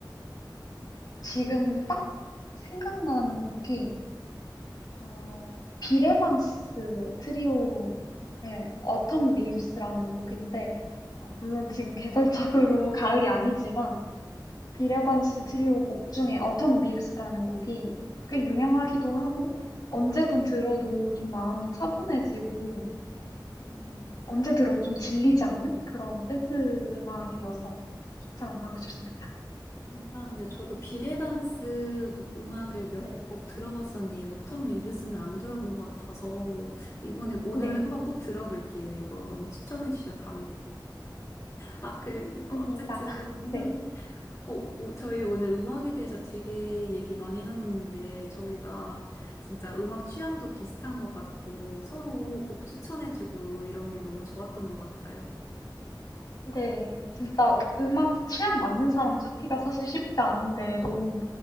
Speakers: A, on the left; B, on the left.
A: 지금 딱 생각나는 곡이 어, 빌 에반스 트리오의
B: 아,
A: Autumn Leaves라는 곡인데 아, 물론 지금 계절적으로 <laughs> 가을이 아니지만 빌 에반스 트리오 곡 중에 Autumn Leaves라는 곡이 꽤 유명하기도 하고 언제든 들어도 좀 마음이 차분해지고
B: 음.
A: 음, 언제 들어도 좀 질리지 않는 그런 재즈 음악이어서 추천하고 싶습니다.
B: 감사합니다. 저도 비레반스 노- 음악을 몇
A: 네,
B: 곡 들어봤었는데 여텀 리뷰스는 안 들어본 것 같아서 이번에 오늘
A: 네,
B: 한번 꼭 들어볼게요. 이거 너무 추천해 주셔서 감사합니다. 아, 그
A: 있습니다.
B: 어쨌든
A: <laughs>
B: <laughs>
A: 네.
B: 어, 오- 저희 오늘 음악에 대해서 되게 얘기 많이 나눴는데 저희가 진짜 음악 취향도 비슷한 것 같고 서로 곡 추천해주고 이런 게 너무 좋았던 것 같아요.
A: 네, 진짜 음악 취향 맞는 사람 찾기가 사실 쉽지 않은데 너무